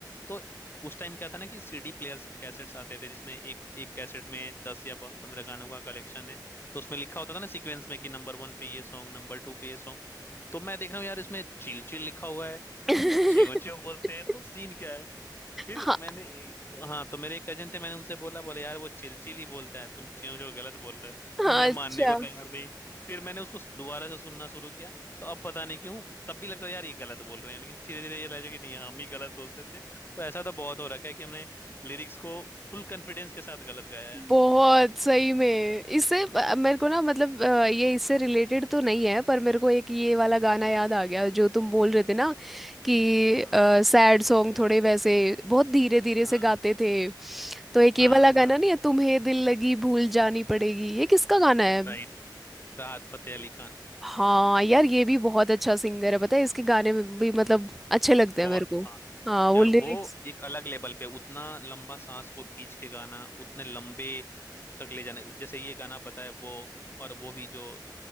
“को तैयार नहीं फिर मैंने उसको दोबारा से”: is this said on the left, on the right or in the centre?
Left